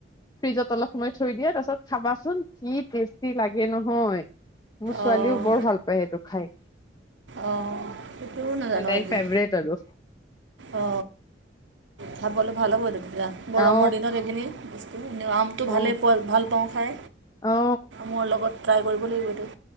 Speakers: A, on the left (about 20°); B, on the right (about 75°).
A: ফ্ৰিজত অলপ সময় থৈ দিয়া তাৰ পিছত খাবাচোন কি টেষ্টি লাগে নহয় মোৰ ছোৱালীও
B: অঁ
A: বৰ ভাল পায় সেইটো খাই।
B: অঁ সেইটোও নাজানো
A: মানে তাইৰ
B: আজি
A: ফেভৰেট আৰু
B: অ খাবলৈ ভাল হ'ব দে তেতিয়া গৰমৰ
A: অ
B: দিনত সেইখিনি আমটো ভালেই
A: অ
B: পোৱা ভাল তং খাই
A: অ
B: মোৰ লগত ট্ৰাই কৰিব লাগিব এইটো